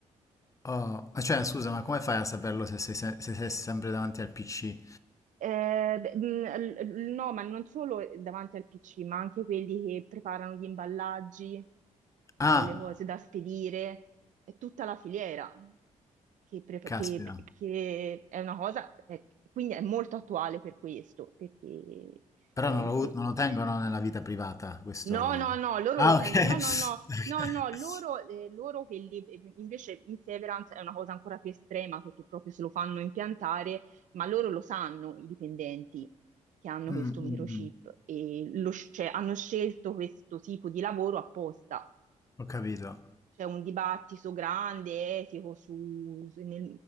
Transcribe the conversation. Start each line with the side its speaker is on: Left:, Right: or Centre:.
Left: oh, ma cioè, scusa, ma come fai a saperlo se sei, se- se sei sempre davanti al PC?
Right: Eh, beh, mh, l- l- no, ma non solo davanti al PC, ma anche quelli che preparano gli imballaggi
Left: Ah,
Right: delle cose da spedire, è tutta la filiera che, pre-
Left: caspita.
Right: che- che è una cosa, è- quindi è molto attuale per questo, perché
Left: Però
Right: eh,
Left: non
Right: il
Left: lo,
Right: so-
Left: non lo tengono nella vita privata, questo...
Right: No, no, no, loro
Left: Ah,
Right: lo tengono,
Left: ok.
Right: no, no, no,
Left: <laughs>
Right: no, no, loro, eh, loro quelli, eh, invece in Severance è una cosa ancora più estrema perché proprio se lo fanno impiantare, ma loro lo sanno, i dipendenti che hanno
Left: Ok. Mm,
Right: questo microchip
Left: mm, mm.
Right: e lo sc- cioè, hanno scelto questo tipo di lavoro apposta.
Left: Ho capito.
Right: C'è un dibattito grande, etico, su, su- nel-